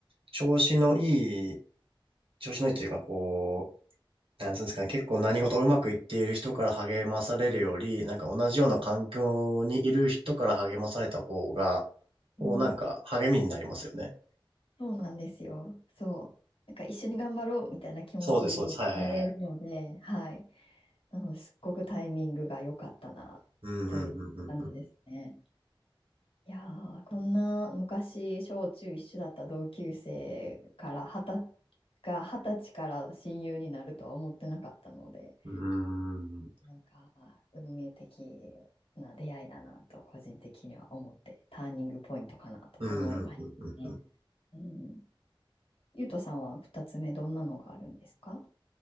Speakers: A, on the right; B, on the left.
A: 調子のいい、調子のいいっていうかこう、なんつうんですかね、結構何事もうまくいっている人から励まされるより、なんか同じような環境にいる人から励まされた方が、こうなんか励みになりますよね。
B: うんそうなんですよ。そう。なんか一緒に頑張ろうみたいな気持ちになれるので、
A: そうです、そうです。はいはいはい。
B: はい。なので、すっごくタイミングが良かったなという感じですね。
A: うん、うん、うん、うん、
B: いやー、こんな昔、小中一緒だった同級生から二十、が二十歳から親友になるとは思ってなかったので。
A: うん。うーん、
B: なんか、運命的な出会いだなと、個人的には思って、ターニングポイントかなと思いましたね。
A: うん、うん、うん、うんうんうんうんうんうんうんうんうんうんうん
B: うん。ゆうとさんは2つ目、どんなのがあるんですか